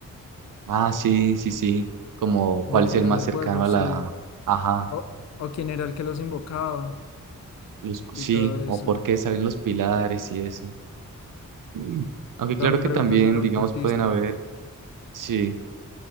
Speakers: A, on the right; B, on the left.
A: Ah, sí, sí, sí. Como
B: del
A: cuál es
B: final
A: el más
B: del
A: cercano
B: juego,
A: a
B: sí.
A: la. Ajá.
B: O, o quién era el que los invocaba
A: Los... Sí,
B: y todo eso.
A: o por qué salen los pilares y eso. Mm. Aunque
B: También
A: claro que
B: preguntas
A: también,
B: sobre
A: digamos,
B: el cultista.
A: pueden haber. Sí,